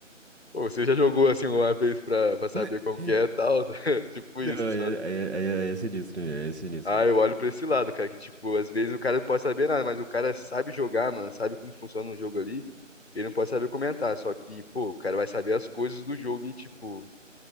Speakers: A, on the left; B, on the right.
A: pô, você já jogou, assim, uma vez pra, pra saber
B: <laughs>
A: como que é e tal? <laughs> Tipo
B: Não,
A: isso,
B: aí
A: sabe?
B: é, aí é- aí é sinistro mesmo, aí é sinistro
A: Ah,
B: mesmo.
A: eu olho pra esse lado, cara, que tipo, às vezes o cara não pode saber nada, mas o cara sabe jogar, mano, sabe como funciona o jogo ali, ele não pode saber comentar, só que, pô, o cara vai saber as coisas do jogo e, tipo,